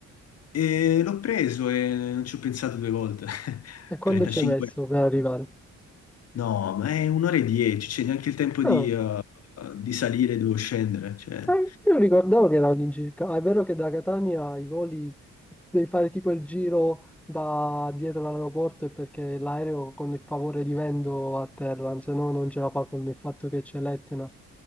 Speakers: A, on the left (about 55°); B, in the centre.
A: e l'ho preso e non ci ho pensato due volte, <laughs>
B: E quando
A: 35
B: ci hai messo
A: euro.
B: per arrivare?
A: No, ma è un'ora e dieci, c'è neanche il tempo
B: Ah,
A: di, eh, di salire, devo scendere, cioè...
B: Ah, Io ricordavo che erano all'incirca. Ah, è vero che da Catania i voli devi fare tipo il giro da dietro l'aeroporto e perché l'aereo con il favore di vento atterra, se no non ce la fa con il fatto che c'è l'Etna.